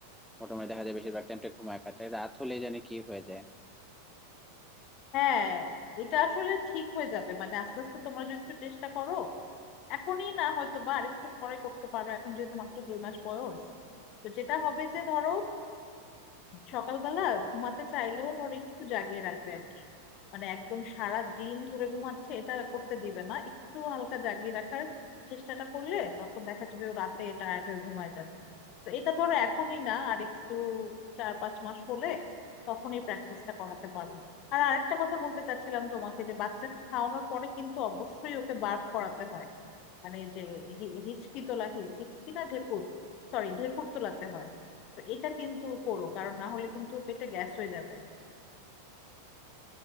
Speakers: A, in the centre; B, on the left (about 40°).
A: মোটামুটি দেখা যায় বেশিরভাগ টাইমটা ঘুমায় কাটায় রাত হলে জানি কি হয়ে যায়
B: হ্যাঁ এটা আসলে ঠিক হয়ে যাবে মানে আস্তে আস্তে তোমরা যদি একটু চেষ্টা করো এখনই না হয়তো বা আরেকটু পরে করতে পারো এখন যেহেতু মাত্র দুই মাস বয়স তো যেটা হবে যে ধরো সকালবেলা ঘুমাতে চাইলেও ধর একটু জাগিয়ে রাখবে আর কি মানে একদম সারা দিন ধরে ঘুমাচ্ছে এটা করতে দিবে না একটু হালকা জাগিয়ে রাখার চেষ্টাটা করলে তখন দেখা যাবে ও রাতে টায়ার্ড হয়ে ঘুমায় যাবে তো এটা ধরো এখনই না আর একটু চার পাঁচ মাস হলে তখনই প্র্যাকটিসটা করাতে পারবো আর আরেকটা কথা বলতে চাচ্ছিলাম তোমাকে যে বাচ্চাকে খাওয়ানোর পরে কিন্তু অবশ্যই ওকে বার্প করাতে হয় মানে যে হি- হিচকি তোলা হি- হিচকি না ঢেকুর সরি ঢেকুর তোলাতে হয় তো এটা কিন্তু করো কারণ না হলে কিন্তু পেটে গ্যাস হয়ে যাবে